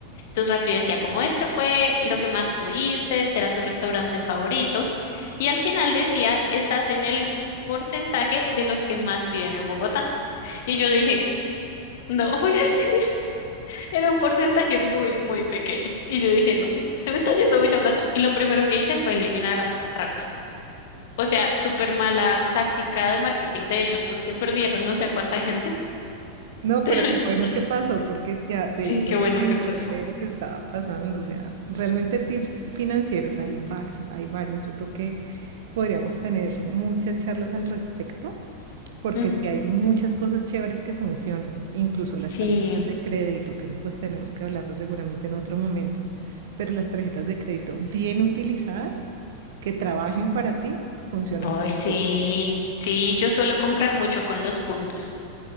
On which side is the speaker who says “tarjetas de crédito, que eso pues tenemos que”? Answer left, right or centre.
Right